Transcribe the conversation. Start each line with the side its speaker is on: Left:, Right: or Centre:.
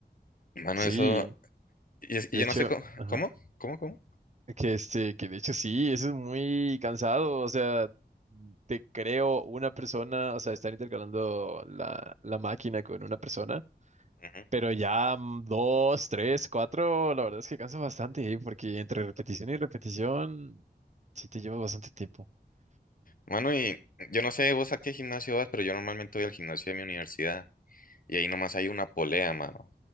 Left: Mano,
Right: Sí,
Left: eso. Y, es- y
Right: de
Left: yo
Right: hecho,
Left: no sé cómo.
Right: ajá,
Left: ¿Cómo? ¿Cómo? ¿Cómo?
Right: que este, que de hecho sí, eso es muy cansado, o sea, te creo una persona, o sea, estar intercalando la, la máquina con una persona.
Left: Ujú.
Right: Pero ya mm, dos, tres, cuatro, la verdad es que cansa bastante, ¿eh? porque entre repetición y repetición, sí te llevas bastante tiempo. <laughs>
Left: Mano, y yo no sé vos a qué gimnasio vas, pero yo normalmente voy al gimnasio de mi universidad y ahí nomás hay una polea, mano.